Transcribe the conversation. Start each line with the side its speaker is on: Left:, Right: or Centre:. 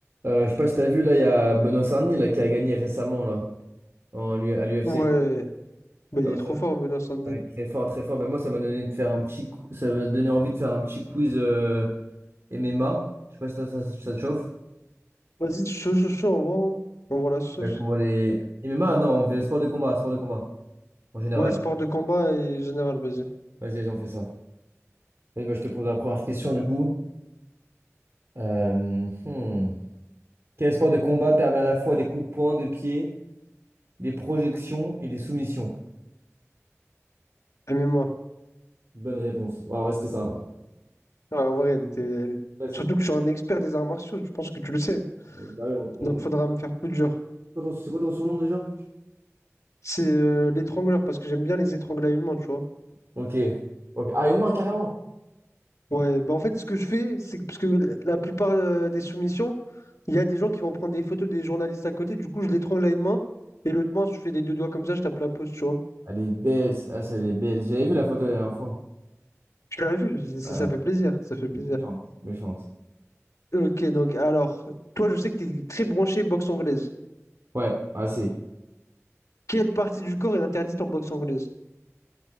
Right: Euh, je sais pas si t'as vu là, il y a Benoît Sarny là, qui a gagné récemment là, en, lui- à l'UFC.
Left: Ouais, bah, il
Right: ça
Left: est trop fort, Benoît Saint-Denis.
Right: va être très fort, très fort. Mais moi, ça m'a donné de faire un petit, cou- ça m'a donné envie de faire un petit quiz euh, MMA. Je sais pas si ça, ça, ça te chauffe.
Left: Vas-y, chaud, chaud, chaud, on voit. hein. On voit la sauce.
Right: Ouais, je t'envoie les MMA, non, on fait sport de combat, sport de combat en général.
Left: Ouais, sport de combat et général, vas-y.
Right: Vas-y, vas-y, on fait ça. Vas-y, bah, je te pose la première question du coup. Euh, hmm. Quel sport de combat permet à la fois des coups de poing, de pied, des projections et des soumissions?
Left: MMA.
Right: Bonne réponse. On va rester simple.
Left: Ouais, en vrai, elle était. elle-
Right: Classique.
Left: Surtout que je suis un expert des arts martiaux, je pense que tu le sais.
Right: Bah oui, on,
Left: Donc, faudra me faire plus dur.
Right: quoi ton- C'est quoi ton surnom déjà?
Left: C'est euh, l'étrangleur, parce que j'aime bien les étrangler à une main, tu vois.
Right: Ok. Ok. Ah, une main, carrément.
Left: Ouais, bah en fait, ce que je fais, c'est que, parce que la la plupart euh, des soumissions, il y a des gens qui vont prendre des photos des journalistes à côté, du coup, je l'étrangle à une main, et l'autre main, je fais les deux doigts comme ça, je tape la pause, tu vois.
Right: Elle est belle. c- Ah, c'est elle est belle. J'avais vu la photo la dernière fois.
Left: Tu l'as vu, ça
Right: Ouais,
Left: ça fait plaisir, ça fait plaisir.
Right: méchante. Méchante.
Left: Ok, donc alors, toi, je sais que tu es très branché boxe anglaise.
Right: Ouais, assez.
Left: Ouais. Quelle partie du corps est interdite en boxe anglaise?